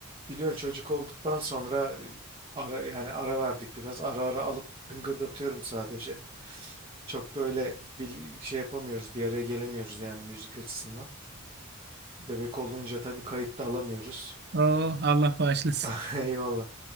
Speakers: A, on the right; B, on the right.
A: biliyorsun çocuk olduktan sonra e, ara yani ara verdik biraz. Ara ara alıp tıngırdatıyorum sadece. Çok böyle bir şey yapamıyoruz, bir araya gelemiyoruz yani müzik açısından. Bebek olunca tabii kayıt da alamıyoruz.
B: Oo, Allah bağışlasın.
A: <laughs> Eyvallah.